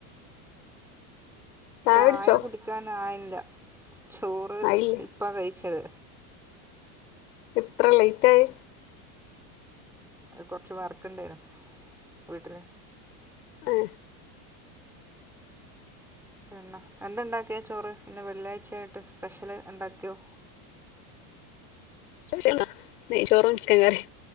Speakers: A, on the left (about 80°); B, in the centre.
A: ചായുടിച്ചോ
B: ചായ കുടിക്കാനായില്ല ചോറ്
A: ആയില്ലേ
B: ഇപ്പാ കഴിച്ചത്
A: എത്ര ലേറ്റ് ആയെ?
B: അത് കൊറച്ച് വർക്ക് ണ്ടായിന്നു വീട്ടില്
A: ഏഹ്
B: എന്ന എന്തുണ്ടാക്കിയാ ചോറ് ഇന്ന് വെള്ളിയാഴ്ചയായിട്ട് സ്പെഷ്യല് ഉണ്ടാക്കിയോ?
A: സ്പെലെന്താ. നെയ്ചോറും ചിക്കൻകറിം